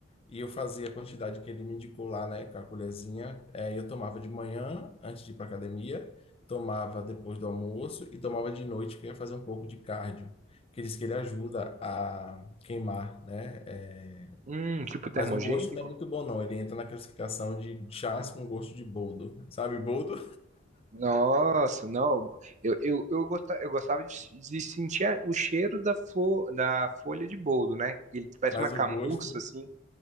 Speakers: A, on the left; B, on the right.
A: e eu fazia a quantidade que ele me indicou lá, né, com a colherzinha. É, eu tomava de manhã, antes de ir para academia, tomava depois do almoço e tomava de noite, que eu ia fazer um pouco de cardio, que diz que ele ajuda a queimar, né? é.
B: Hum, tipo termogênico?
A: mas o gosto não é muito bom, não. Ele entra na classificação de chás com gosto de boldo, sabe, boldo?
B: Nossa, não. Eu, eu, eu, gosta- eu gostava de, de sentir a- o cheiro da, flo, da folha de boldo, né? Ele parece
A: Mas
B: uma camurça,
A: o gosto.
B: assim,